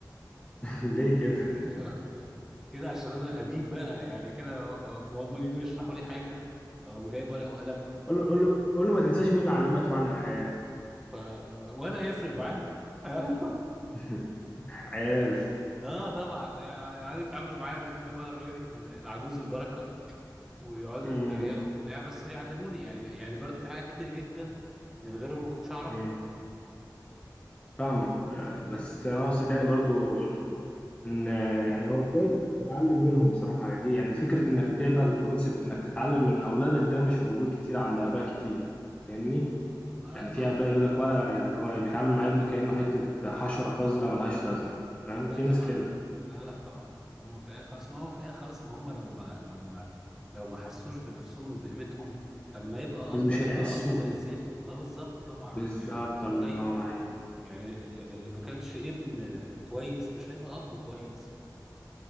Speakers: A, on the left (about 15°); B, in the centre.
A: <laughs> ليه كده
B: <laughs> كده عشان انا قديم بقى يعني كده هم هم يجوا يشرحوا لي حاجه او جايب ورقه وقلم
A: قول له قول له قول له ما تنساش مين اللي علمك معنى الحياة
B: ف... ولا يفرق معاهم <laughs>
A: <laughs> عيال
B: اه طبعا يعني يتعاملوا معايا لان انا بقى الراجل العجوز البركه ويقعدوا
A: امم
B: يتريقوا وبتاع بس بيعلموني يعني يعني برضو في حاجات كتير جدا من غيرهم ما كنتش اعرفها
A: امم فاهمك آه، بس انا اقصد يعني برضو ان آه، يعني هو كويس انك تتعلم منهم بصراحة دي يعني فكرة انك تقبل كونسبت انك تتعلم من اولادك ده مش موجود كتير عند اباء كتير فاهمني
B: آه
A: يعني
B: لا ما
A: في اباء يقول لك ولا يعني هو بيتعامل مع ابنه كأنه حتة حشرة قذرة ملهاش لازمة فاهم
B: لا
A: في
B: طبعا
A: ناس كده
B: لا لا طبعا هم في الاخر خلاص ما هو في الاخر خلاص ما هم لو ما لو ما لو ما حسوش بنفسهم وبقيمتهم اما يبقى
A: بس
B: اب
A: مش
B: هيبقى
A: هيحسوها
B: اب زي الزفت اه بالظبط طبعا
A: بالظبط
B: يعني
A: الله
B: ايوه
A: ينور عليك
B: يعني اللي, اللي ما كانش ابن كويس مش هيبقى اب كويس